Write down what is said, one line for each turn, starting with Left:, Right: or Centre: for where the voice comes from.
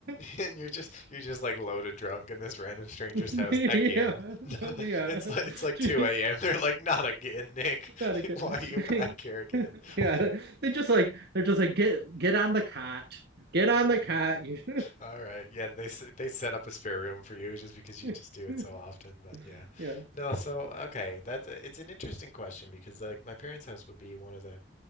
Right: <laughs>
Left: And you're just you're just like loaded drunk in this random stranger's
Right: Yeah,
Left: house again. <laughs>
Right: yeah.
Left: It's like it's like
Right: <laughs>
Left: 2 a.m. They're like, not again, Nick.
Right: Not
Left: <laughs>
Right: a good.
Left: Why are you back here again?
Right: <laughs> Yeah,
Left: <laughs>
Right: they just like they're just like get get on the cot, get on the cot. You-
Left: All right. Yeah, they s- they set up a spare room for you just because you
Right: <laughs>
Left: just do it so often, but yeah.
Right: Yeah.
Left: No, so okay, that's it's an interesting question because like my parents' house would be one of the